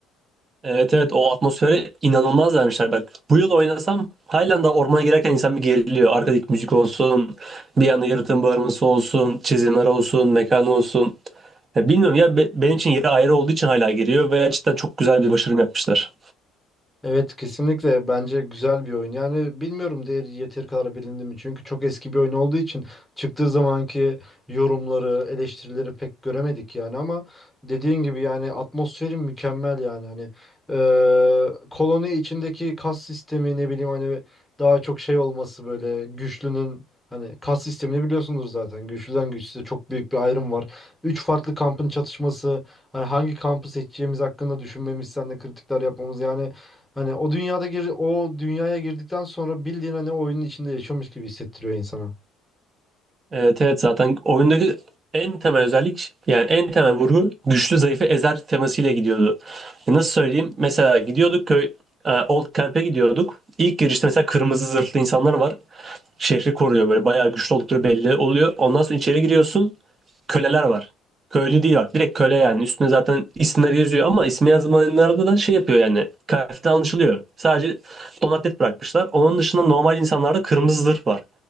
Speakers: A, on the right (about 25°); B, in the centre.
A: Evet evet o atmosfere inanılmaz vermişler bak. Bu yıl oynasam halen ormana girerken insan bir geriliyor. Arkadaki müzik olsun, bir yana yaratığın bağırması olsun, çizimler olsun, mekan olsun. Ya bilmiyorum ya be- benim için yeri ayrı olduğu için hala giriyor ve gerçekten çok güzel bir başarım yapmışlar.
B: Evet kesinlikle bence güzel bir oyun. Yani bilmiyorum değeri yeteri kadar bilindi mi? Çünkü çok eski bir oyun olduğu için çıktığı zamanki yorumları, eleştirileri pek göremedik yani ama dediğin gibi yani atmosferi mükemmel yani hani eee, koloni içindeki kas sistemi ne bileyim hani daha çok şey olması böyle güçlünün hani kas sistemini biliyorsunuz zaten. Güçlüden güçsüze çok büyük bir ayrım var. Üç farklı kampın çatışması Hani hangi kampı seçeceğimiz hakkında düşünmemiz, sen de kritikler yapmamız yani hani o dünyada gir o dünyaya girdikten sonra bildiğin hani oyunun içinde yaşıyormuş gibi hissettiriyor insana.
A: Evet, evet zaten oyundaki en temel özellik yani en temel vurgu güçlü zayıfı ezer temasıyla gidiyordu. E, Nasıl söyleyeyim? Mesela gidiyorduk köy e, Old Camp'e gidiyorduk. İlk girişte mesela kırmızı zırhlı insanlar var. Şehri koruyor böyle bayağı güçlü oldukları belli oluyor. Ondan sonra içeri giriyorsun. Köleler var. Köylü değil bak direkt köle yani. Üstüne zaten isimler yazıyor ama ismi yazmayanlarda da şey yapıyor yani. Kıyafetten anlaşılıyor. Sadece donatlet bırakmışlar. Onun dışında normal insanlarda kırmızı zırh var.